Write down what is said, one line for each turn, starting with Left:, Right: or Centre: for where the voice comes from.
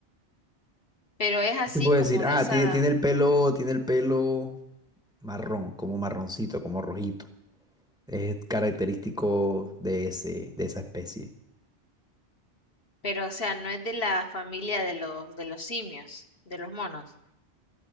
Left: Pero es así
Centre: Te puedo
Left: como
Centre: decir, ah,
Left: de esa,
Centre: tiene, tiene el pelo, tiene el pelo marrón, como marroncito, como rojito. Es característico de ese, de esa especie.
Left: pero o sea, no es de la familia de los de los simios, de los monos.